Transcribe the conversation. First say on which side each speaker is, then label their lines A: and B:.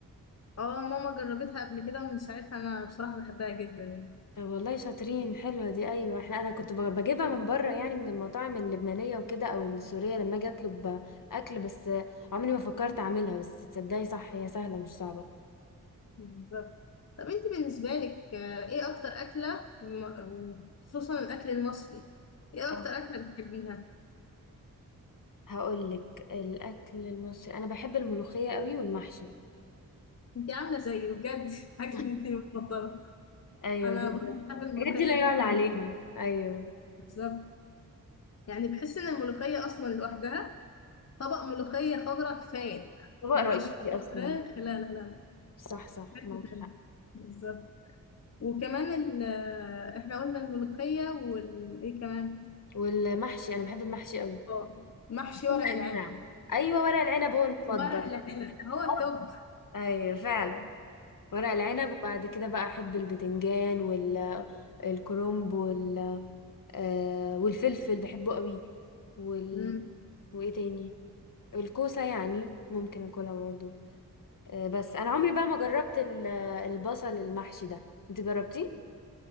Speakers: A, on the left (about 45°); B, on the left (about 65°).
A: اه ماما جربتها قبل كده ومن ساعتها انا بصراحه بحبها جدا يعني
B: طب والله شاطرين حلوه دي ايوه احنا انا كنت بج- بجيبها من بره يعني من المطاعم اللبنانيه وكده او السوريه لما اجي اطلب اكل بس عمري ما فكرت اعملها بس تصدقي صح هي سهله مش صعبه
A: بالظبط طب انت بالنسبة لك آه، ايه اكتر اكلة م- خصوصا الاكل المصري ايه اكتر
B: آه.
A: اكلة بتحبيها
B: هقول لك الاكل المصري انا بحب الملوخيه قوي والمحشي
A: انت عاملة زيي بجد <laughs> اكلتي
B: <laughs>
A: المفضلة
B: ايوه
A: انا
B: بجد
A: برضه بحب الملوخية
B: الحاجات دي لا يعلى
A: جدا
B: عليها ايوه
A: بالظبط يعني بحس ان الملوخية اصلا لوحدها طبق ملوخية خضراء كفاية
B: طبق رئيسي
A: مع شوية
B: اصلا
A: فراخ لا لا لا لا
B: صح صح
A: حاجة
B: معاكي
A: تانية.
B: حق
A: بالظبط وكمان ال- آه، احنا قلنا الملوخية وايه كمان
B: والمحشي انا بحب المحشي قوي
A: اه محشي
B: كل
A: ورق العنب
B: انواع ايوه ورق العنب هو المفضل
A: ورق العنب هو التوب
B: <laughs> ايوه فعلا ورق العنب وبعد كده بقى احب البتنجان وال الكرنب وال آه والفلفل بحبه قوي وال
A: مم.
B: وايه تاني الكوسه يعني ممكن اكلها برضه آه بس انا عمري بقى ما جربت ال- البصل المحشي ده انت جربتيه